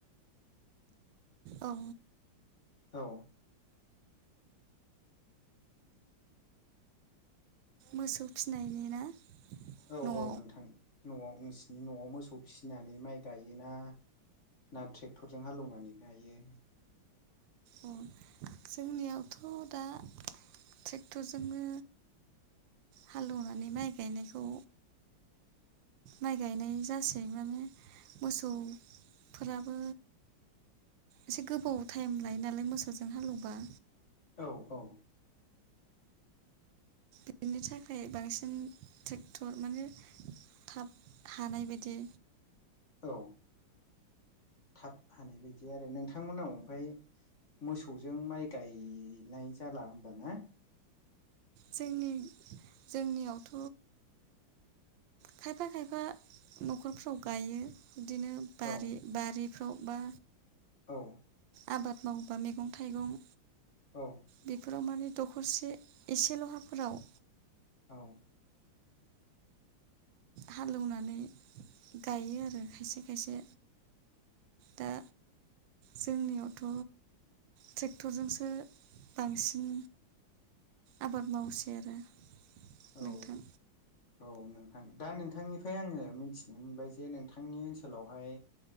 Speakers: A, on the right; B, on the left.
A: औ
B: औ
A: मोसौ फिनायनि ना?
B: औ
A: न'आव
B: औ नोंथां न'वाव नोंसिनि न'आव मोसौ फिसिनानै माइ गायोना ना ट्रेक्टरजों हालौवनानै गायो?
A: अ जोंनियावथ' दा ट्रेक्टरजोंनो हालेवनानै माइ गायनायखौ माइ गायनाय जासै माने मोसौ फोराबो एसे गोबाव टाइम लायो नालाय मोसौजों हालेवबा।
B: औ औ
A: बेनि थाखाय बांसिन ट्रेक्टर माने थाब हानाय बायदि
B: औ थाब हानाय बायदि आरो नोंथांमोनाव ओमफाय मोसौजों माइ गायनाय जाला होमबा ना?
A: जोंनि जोंनियावथ' खायफा खायफा न'खरफ्राव गायो बिदिनो बारि
B: औ
A: बारिफ्राव बा
B: औ
A: आबाद मावोबा मैगं थाइगं
B: औ
A: बेफोराव माने दखरसे एसेल' हाफोराव
B: औ
A: हालेवनानै गायो आरो खायसे खायसे दा जोंनियावथ' ट्रेक्टरजोंसो बांसिन आबाद मावसै आरो
B: औ
A: नोंथां
B: औ नोंथां दा नोंथांनिफ्राय आङो मिथिनो मोनबाय जे नोंथांनि ओनसोलावहाय